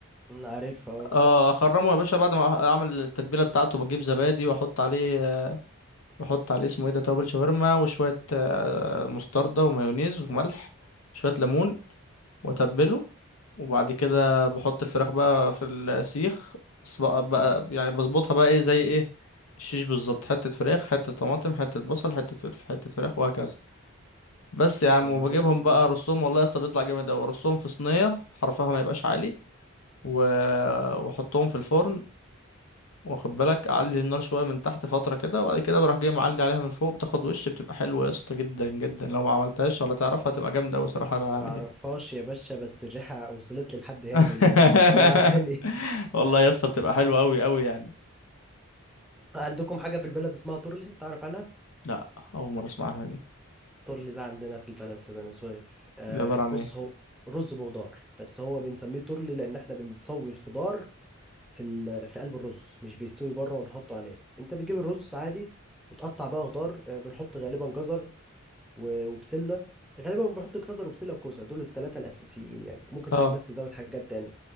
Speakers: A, in the centre; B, on the left (about 75°).
A: أنا عارفها أه
B: اه اخرمه يا باشا بعد ما اعمل التتبيله بتاعته بجيب زبادي واحط عليه آه، واحط عليه اسمه ايه ده توابل شاورما وشويه آه، مستردة ومايونيز وملح شويه ليمون واتبله وبعد كده بحط الفراخ بقى في السيخ بس بقى, بقى يعني بظبطها بقى ايه زي ايه الشيش بالظبط حتة فراخ حتة طماطم حتة بصل حتة فلفل حتة فراخ وهكذا بس يا عم
A: طب
B: وبجيبهم
A: ما جامد
B: بقى
A: ده
B: ارصهم والله يا اسطى بيطلع جامد اوي ارصهم في صينية حرفها ما يبقاش عالي و... واحطهم في الفرن واخد بالك اعلي النار شوية من تحت فترة كده وبعد كده بروح جاي معلي عليها من فوق بتاخد وش بتبقى حلوة يا اسطى جدا جدا لو ما
A: يا-
B: عملتهاش ولا تعرفها هتبقى جامدة اوي صراحة
A: ما
B: يعني
A: أعرفهاش يا باشا بس الريحة وصلت لي لحد هنا
B: <laughs>
A: من دلوقتي جوعتني
B: والله يا اسطى بتبقى حلوه قوي قوي يعني
A: <laughs> عندكم حاجة في البلد اسمها تورلي تعرف عنها؟
B: لا اول مره اسمع عنها دي
A: تورلي ده عندنا في البلد في بني سويف آه
B: دي عباره عن
A: بص
B: ايه
A: هو رز بخضار بس هو بنسميه تورلي لأن احنا بنسوي الخضار في ال... في قلب الرز مش بيستوي بره ونحطه عليه انت بتجيب الرز عادي وتقطع بقى خضار آه، بنحط غالبا جزر و... وبسله غالبا بنحط جزر وبسله وكوسه دول الثلاثه الاساسيين يعني ممكن
B: اه
A: حاجه الناس تزود حاجات تاني